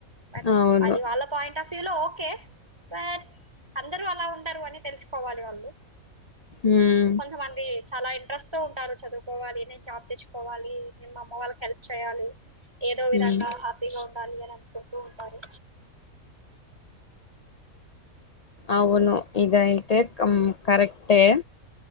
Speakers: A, on the right; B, on the left.
A: బట్
B: అవును
A: అది వాళ్ళ పాయింట్ ఆఫ్ ఫీలో ఓకే బట్ అందరూ అలా ఉండరు అని తెలుసుకోవాలి వాళ్ళు
B: ఉమ్
A: కొంతమంది చాలా ఇంట్రెస్ట్ తో ఉంటారు చదువుకోవాలి నేను జాబ్ తెచ్చుకోవాలి నేను మా అమ్మ వాళ్ళకి హెల్ప్ చేయ్యాలి ఏదో ఏదో విధంగా
B: ఉమ్
A: హాపీ గా <unintelligible> <unintelligible> ఉంటారు
B: అవును ఇదయి ఇదైతే కం కరెక్టే